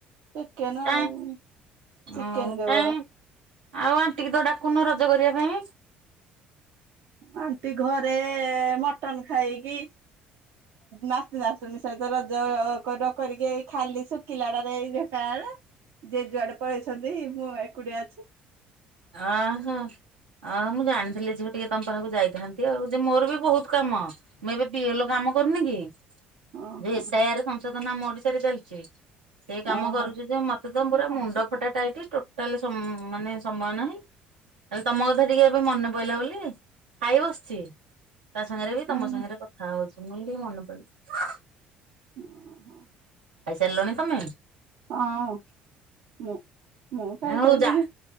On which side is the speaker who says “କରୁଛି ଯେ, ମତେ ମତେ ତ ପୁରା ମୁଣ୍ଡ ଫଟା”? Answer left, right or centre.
Right